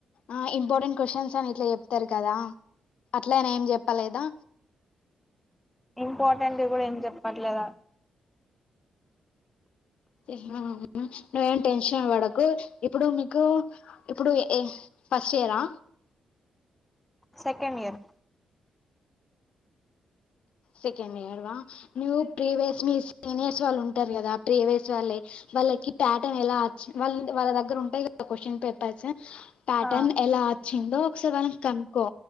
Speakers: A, on the left (about 70°); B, in the centre.
A: ఆ ఇంపార్టెంట్ క్వశ్చన్స్ అని ఇట్లా చెప్ చెప్తారు కదా అట్లని ఏం చెప్పలేదా
B: ఇంపార్టెంట్ వి కూడా ఏం చెప్పట్లేదా
A: మ్మ్ నువ్వేం టెన్షన్ పడకు ఇప్పుడు మీకు ఇప్పుడు ఏ ఫస్ట్ ఇయరా
B: సెకండ్ ఇయర్
A: సెకండ్ ఇయర్ వా నువు ప్రీవియస్ మీ సీనియర్స్ వాళ్ళు ఉంటారు కదా ప్రీవియస్ వాళ్ళయి వాళ్ళకి ప్యాటర్న్ ఎలా అచ్ వాళ్ళ వాళ్ళ దగ్గర ఉంటయి కదా క్వశ్చన్ పేపర్స్ ప్యాటన్
B: ఆ
A: ఎలా చిందో ఒకసారి వాళ్ళని కనుకో